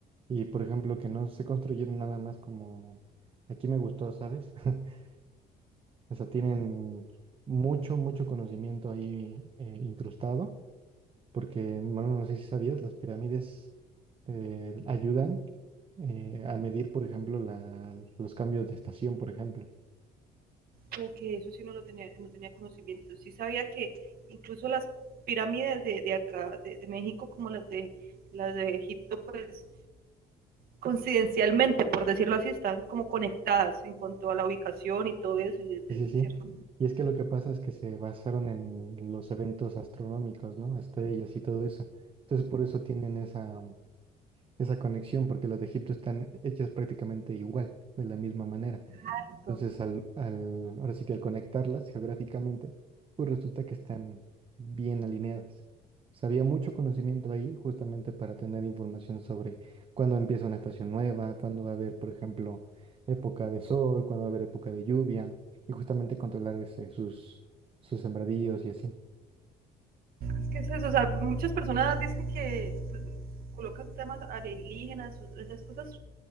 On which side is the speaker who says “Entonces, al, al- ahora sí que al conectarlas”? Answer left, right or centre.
Right